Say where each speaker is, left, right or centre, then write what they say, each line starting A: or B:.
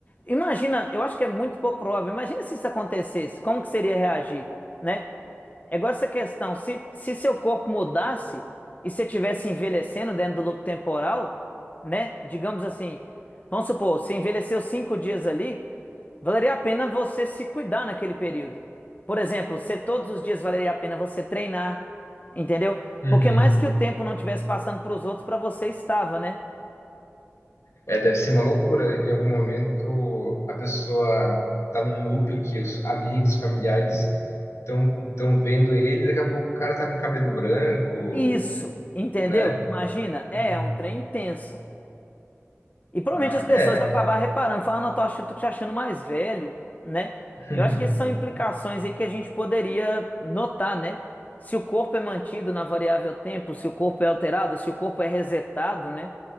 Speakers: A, on the left; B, on the left.
A: imagina, eu acho que é muito pouco provável. Imagina se isso acontecesse, como que seria reagir, né? É igual essa questão. Se, se seu corpo mudasse e você estivesse envelhecendo dentro do loop temporal, né? Digamos assim, vamos supor, você envelheceu cinco dias ali, valeria a pena você se cuidar naquele período. Por exemplo, se todos os dias valeria a pena você treinar, entendeu?
B: Uhum.
A: Porque mais que o tempo não estivesse passando para os outros, para você estava, né?
B: É, deve ser uma loucura. Em algum momento a pessoa tá num looping que os amigos, familiares estão estão vendo ele, daqui a pouco o cara tá com cabelo branco,
A: Isso, entendeu?
B: né?
A: Imagina, é,
B: Uhum.
A: é um trem intenso. E provavelmente
B: Ah,
A: as pessoas
B: é.
A: vão acabar reparando, falando, ah, não, tô ach- tô te achando mais velho, né?
B: <laughs>
A: Eu acho que essas são implicações aí que a gente poderia notar, né? Se o corpo é mantido na variável tempo, se o corpo é alterado, se o corpo é resetado, né?